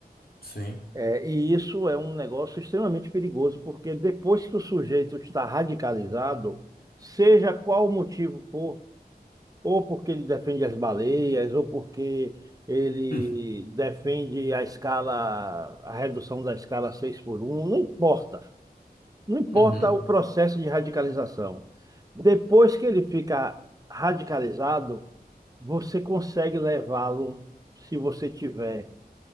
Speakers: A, on the left (about 65°); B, on the right (about 20°).
A: sim.
B: É, e isso é um negócio extremamente perigoso, porque depois que o sujeito está radicalizado, seja qual o motivo for, ou porque ele defende as baleias, ou porque ele
A: <laughs>
B: defende a escala, a redução da escala 6 por um, não importa. Não importa
A: Hum,
B: o processo de radicalização. Depois que ele fica radicalizado, você consegue levá-lo, se você tiver